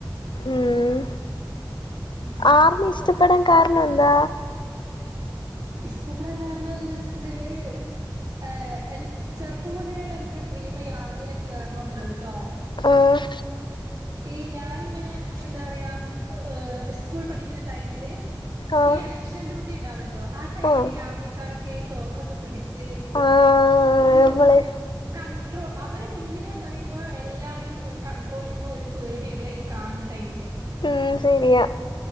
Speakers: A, on the left; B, on the right.
A: ഉം
B: ഉം
A: ആർമി ഇഷ്ടപ്പെടാൻ കാരണം എന്താ?
B: ഇഷ്ടപ്പെടാൻ കാരണം എന്താ വെച്ചിട്ടുണ്ടെല് ഏഹ് ചെറുപ്പം മുതലേയുള്ള എന്റെ ഒരു ഡ്രീമാ ഈ ആർമിയിലേക്ക് കേയറണം എന്നുള്ളത് ട്ടോ
A: ഓഹ്
B: ഈ ഞാനിങ്ങനെ എന്താ പറയാ സ്കൂൾ പഠിക്കുന്ന ടൈമില്
A: ആഹ്
B: ഈ എലക്ഷൻ ഡ്യൂട്ടി ഉണ്ടാവല്ലോ ആ ടൈമിൽ
A: ആഹ്
B: ഈ ആർമിക്കാരൊക്കെ തോക്കൊക്കെ പിടിച്ച്
A: ആഹ്
B: ഒരു
A: നമ്മള്
B: കൺട്രോ അവരെ മുന്നില്ന്ന് പറയുമ്പോ എല്ലാരേം ഒരു കൺട്രോളിങ്ങും ഒരു പേടി ആ ഇവരെ ഈ കാണുന്ന ടൈമില്
A: അതും ശരിയ